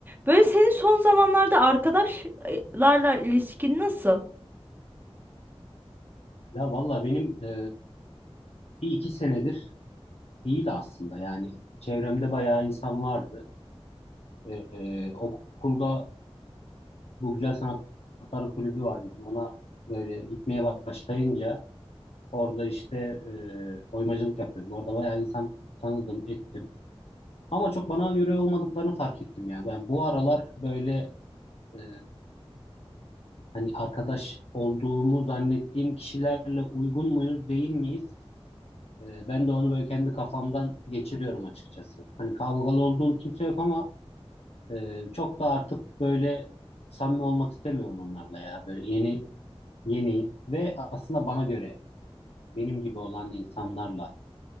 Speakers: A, on the right; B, on the left.
A: Böyle senin son zamanlarda arkadaşlarla ilişkin nasıl?
B: Ya valla benim e, bir iki senedir iyiydi aslında. Yani çevremde bayağı insan vardı. E, e, okulda bu Güzel Sanatlar Kulübü var bizim. Ona böyle gitmeye başlayınca orada işte e, oymacılık yapıyordum. Orada bayağı insan tanıdım, ettim. Ama çok bana göre olmadıklarını fark ettim ya. Ben bu aralar böyle e, hani arkadaş olduğumu zannettiğim kişilerle uygun muyuz, değil miyiz? E, ben de onu böyle kendi kafamdan geçiriyorum açıkçası. Hani kavgalı olduğum kimse yok ama e, çok da artık böyle samimi olmak istemiyorum onlarla ya. Böyle yeni yeni ve aslında bana göre benim gibi olan insanlarla